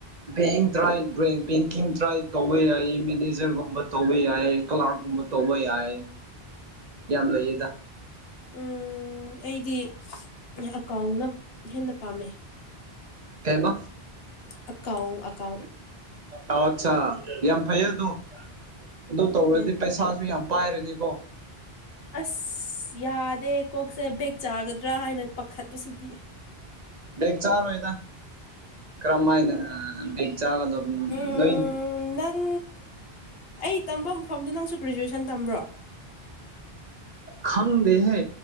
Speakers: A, on the right; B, on the left.
A: ꯕꯦꯡ ꯇ꯭ꯔꯥꯏ ꯕꯦꯡꯀꯤꯡ ꯇ꯭ꯔꯥꯏ ꯇꯧꯕ ꯌꯥꯏꯌꯦ ꯃꯦꯅꯦꯖ ꯖꯔꯒꯨꯝꯕ ꯇꯧꯕ ꯌꯥꯏ ꯀꯂꯥꯔꯛꯒꯨꯝꯕ ꯇꯧꯕ ꯌꯥꯏ ꯌꯥꯝ ꯂꯩꯌꯦꯗ
B: ꯎꯝ ꯑꯩꯗꯤ ꯑꯦꯀꯥꯎꯟꯅ ꯍꯦꯟꯅ ꯄꯥꯝꯃꯦ
A: ꯀꯩꯕꯥ
B: ꯑꯀꯥꯎꯟ ꯑꯀꯥꯎꯟ
A: ꯑ ꯑꯠꯆꯥ ꯌꯥꯝ ꯐꯩ ꯑꯗꯨꯗꯣ ꯑꯗꯨ
B: ꯈꯪꯗꯦ
A: ꯇꯧꯔꯗꯤ ꯄꯩꯁꯥꯁꯨ ꯌꯥꯝ ꯄꯥꯏꯔꯅꯤꯀꯣ
B: ꯑꯁ ꯌꯥꯗꯦ ꯀꯣꯛꯁꯦ ꯕꯦꯛ ꯆꯥꯒꯗ꯭ꯔꯥ ꯍꯥꯏꯅ ꯄꯥꯈꯠꯄꯁꯤꯗꯤ
A: ꯕꯦꯛ ꯆꯥꯔꯣꯏꯗ ꯀ꯭ꯔꯃꯥꯏꯅ ꯕꯦꯛ ꯆꯥꯒꯗꯕ ꯑꯗꯨ ꯎꯝ
B: ꯎꯝ
A: ꯅꯣꯏ
B: ꯅꯪ ꯑꯩ ꯇꯝꯕ ꯃꯐꯝꯗ ꯅꯪꯁꯨ ꯒ꯭ꯔꯦꯖꯨꯋꯦꯁꯟ ꯇꯝꯕ꯭ꯔꯣ
A: ꯈꯪꯗꯦ ꯍꯦ